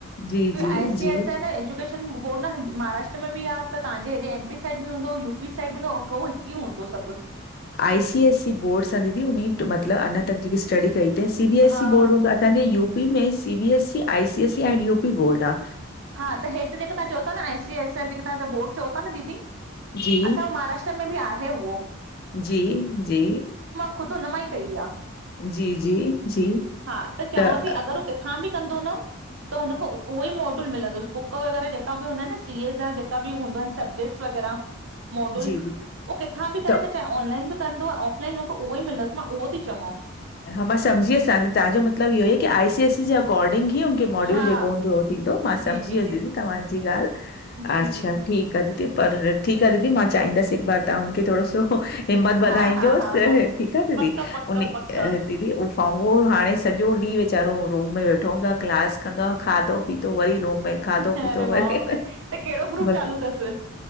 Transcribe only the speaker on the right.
क्यूं
आइ सी
एस ऐन एॼुकेशन बोर्ड न महाराष्ट्र में ॿि आ त त्हांजे हेॾे एमपी साइड बि हूंदो यूपी साइड ॿि हूंदो हिकु ई हूंदो सभु।
हा
हा
हा त हेठ जेके तव्हां चओ था न आई सी आईसी ॼेके तव्हां बोर्ड चओ था न दीदी
असां महाराष्ट्र में ॿि आहे उहो।
खुद हुनमाई तई आ।
हा त चवां
थी अगरि हू किथां बि कंदो न, त हुन उहो ई मो मिलिंदुस बुक वग़ैरह जेका ॿि हूंदा आहिनि न सी ए जा जेका ॿि हूंदा आहिनि सबजेक्टस वग़ैरा मॉडल
उवो
किथां बि
करे न चाहे ऑनलाइन बि कंदो ऑफलाइन हुंखे उहो ई मिलंदुस, मां उहो थी चवांव
हा
जी जी
जी
जी
जी जी
हा हा हा हा
पक पक
पक
अरे
बाप रे त कहिड़ो ग्रुप
चालू अथसि